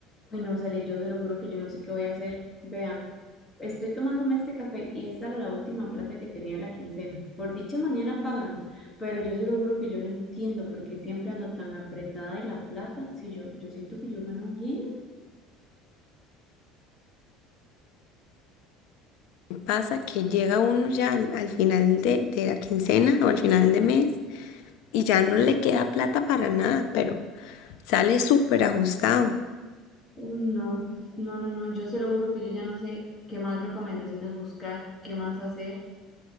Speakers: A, on the left; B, on the left.
A: Uy, no, Cele, yo se lo juro que yo no sé qué voy a hacer. Vea, estoy tomándome este café y esta era la última plata que tenía de la quincena. Por dicha mañana pagan, pero yo se lo juro que yo no entiendo por qué siempre ando tan apretada de la plata si yo, yo siento que yo gano bien.
B: Pasa que llega uno ya al, al final de, de la quincena o al final de mes y ya no le queda plata para nada, pero sale súper ajustado.
A: Uy, no, no, no, no, yo se lo juro que yo ya no sé qué más recomendaciones buscar, qué más hacer,